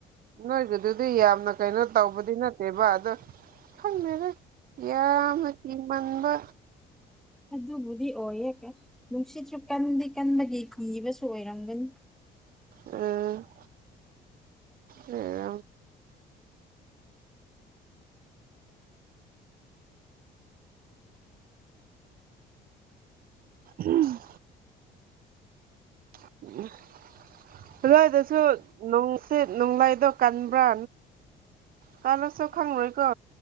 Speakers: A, on the right; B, in the centre.
A: ꯅꯣꯏꯒꯤꯗꯨꯗꯤ ꯌꯥꯝꯅ ꯀꯩꯅꯣ ꯇꯧꯕꯗꯤ ꯅꯠꯇꯦꯕ ꯑꯗꯣ ꯈꯪꯗꯦ ꯌꯥꯝꯅ ꯀꯤꯃꯟꯕ
B: ꯑꯗꯨꯕꯨꯗꯤ ꯑꯣꯏꯍꯦ ꯅꯨꯡꯁꯤꯠꯁꯨ ꯀꯟꯗꯤ ꯀꯟꯕꯒꯤ ꯀꯤꯕꯁꯨ ꯑꯣꯏꯔꯝꯒꯅꯤ
A: ꯎꯝ ꯎꯝ ꯎꯝ <unintelligible> ꯑꯗꯨꯏꯗꯁꯨ ꯅꯨꯡꯁꯤꯠ ꯅꯣꯡꯂꯩꯗꯣ ꯀꯟꯕ꯭ꯔꯥ ꯀꯥꯅꯣꯁꯨ ꯈꯪꯉꯣꯏꯀꯣ